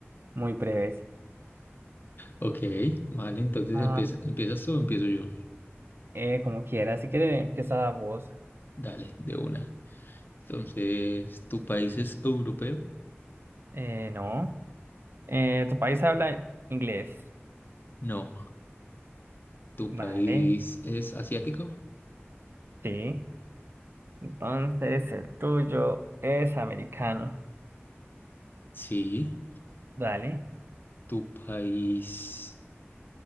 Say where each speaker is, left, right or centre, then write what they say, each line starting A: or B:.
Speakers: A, on the right; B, on the left.
A: muy breves.
B: Ok, vale, entonces
A: Ah,
B: empieza, ¿empiezas tú o empiezo yo?
A: eh, como quieras, si quieres, empieza vos.
B: Dale, de una. Entonces, ¿tu país es europeo?
A: Eh, no. Eh, ¿tu país habla inglés?
B: No. ¿Tu
A: Vale,
B: país es asiático?
A: sí. Entonces, el tuyo es americano.
B: Sí.
A: Dale.
B: ¿Tu país,